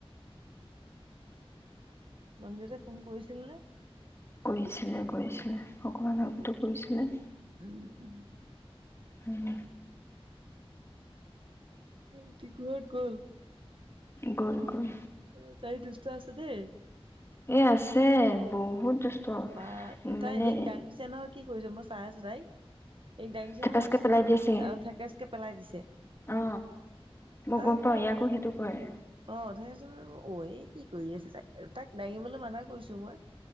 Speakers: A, on the right (about 55°); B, on the left (about 25°).
A: মন্দিতে ফোন কৰিছিল নে?
B: কৰিছিলে-কৰিছিলে, অকমান আগতো কৰিছিলে।
A: উম, উম।
B: উম।
A: এ টিকুহত গল।
B: গ'ল-গ'ল।
A: অ', তাই দুুষ্ট আছে দে।
B: এ আছে বহুত দুষ্ট
A: বা এ তাই
B: মানে
A: এইক দাঙিছে নহয় কি কৰিছ মই চাই আছো তাইক। এই দাঙিচে
B: থেপেচকে
A: হোৱাৰ পিছত
B: পেলাই দিয়ে চাগে
A: থেকচকে পেলাই দিছে,
B: অ
A: তাৰপিছত
B: গম পাওঁ
A: মই
B: ইয়াকো সেইটো কৰে
A: অ', থেকচ অ কি কৰি আছে তাক-তাক দাঙিবলৈ মানা কৰিছো মই।